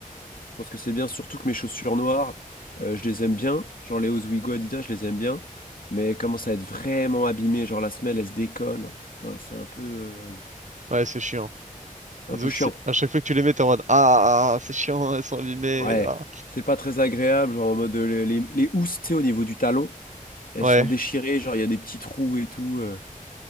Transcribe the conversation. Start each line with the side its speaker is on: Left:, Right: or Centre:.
Left: Je pense que c'est bien, surtout que mes chaussures noires, euh, je les aime bien. Genre les Oswego Adidas, je les aime bien. Mais elles commencent à être vraiment abîmées, genre la semelle, elle se décolle. Enfin, c'est un peu, euh,
Right: Ouais, c'est chiant.
Left: un
Right: Disons
Left: peu chiant.
Right: que si- à chaque fois que tu les mets, t'es en mode, ah, ah, ah, c'est chiant, elles sont abîmées.
Left: Ouais,
Right: ah.
Left: c'est pas très agréable, genre en mode euh, les, les, les housses, tu sais, au niveau du talon, elles
Right: Ouais.
Left: sont déchirées, genre il y a des petits trous et tout. euh.